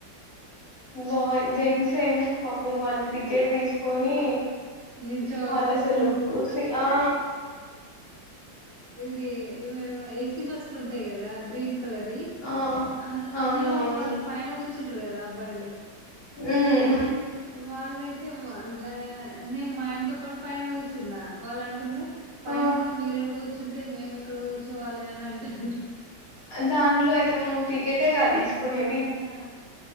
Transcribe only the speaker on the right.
నిల్చవాల్సి
వస్తుంది
ఇది ఇవేవి ఏసీ బస్సులు ఉంటాయి కదా గ్రీన్ కలర్ వి
అందు
అందులో వాళ్ళు పైన కూర్చుంటారు కదా అబ్బాయిలు
వాళ్ళు వాళ్ళైతే మాట్లాడలేదంటున్నారు. నేను మా ఆయనతో పాటు పైన కూర్చున్న వాళ్ళ అంటూండ్రు. పైన
కూడా మీరే కూర్చుంటే మేము ఎక్కడ కూర్చోవాలి అని అంటారు.
ఆ